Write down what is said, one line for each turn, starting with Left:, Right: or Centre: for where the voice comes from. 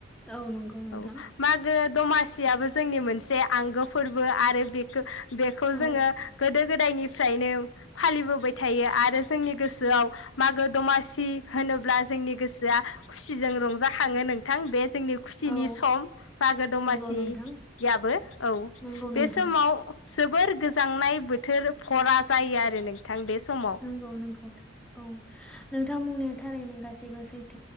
Centre: औ नंगौ नोंथां
Left: औ मागो दमासि याबो जोंनि मोनसे आंगो फोरबो आरो बेखौ बेखौ
Centre: औ
Left: जोङो गोदो गोदायनिफ्रायनो फालि बो थायो आरो जोंनि गोसोआव मागो दमासि होनोब्ला जोंनि गोसोआ खुसिजों रंजाखाङो नोंथां बे जोंनि खुसिनि
Centre: औ
Left: सम मागो दमासियाबो
Centre: नंगौ नोंथां
Left: औ
Centre: नंगौ
Left: बे
Centre: नोंथां
Left: समाव जोबोर गो जांनाय बोथोर भरा जायो आरो नों थां बे समाव
Centre: नंगौ नंगौ औ नोंथांमोननि थारैनो गाससिबो सैथ